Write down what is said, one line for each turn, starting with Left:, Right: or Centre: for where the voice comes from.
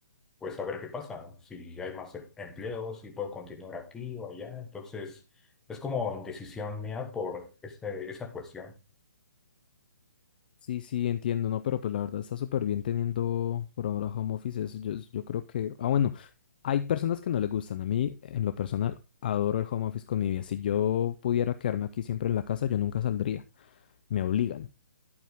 Centre: pues a ver qué pasa, ¿no? Si hay más e- empleo, si puedo continuar aquí o allá. Entonces, es como decisión mía por ese- esa cuestión.
Left: Sí, sí, entiendo, no, pero pues la verdad está súper bien teniendo por ahora home office. es- yo, yo creo que. Ah, bueno. Hay personas que no le gustan. A mí, en lo personal, adoro el home office con mi vida. Si yo pudiera quedarme aquí siempre en la casa, yo nunca saldría. Me obligan.